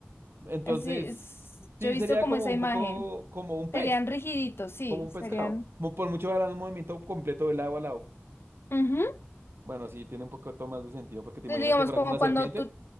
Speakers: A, on the right (about 65°); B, on the left (about 65°).
A: entonces
B: Así es-
A: sí
B: yo he visto
A: sería
B: como
A: como
B: esa
A: un
B: imagen.
A: poco como un pez,
B: Serían rigiditos, sí,
A: como un
B: serían...
A: pescado. Mo- Por mucho harán un movimiento completo del agua al lado.
B: Ujú.
A: Bueno, sí, tiene un poco más de sentido, porque te
B: Entonces,
A: imaginas
B: Digamos,
A: que fuera
B: como
A: como una
B: cuando
A: serpiente
B: tú...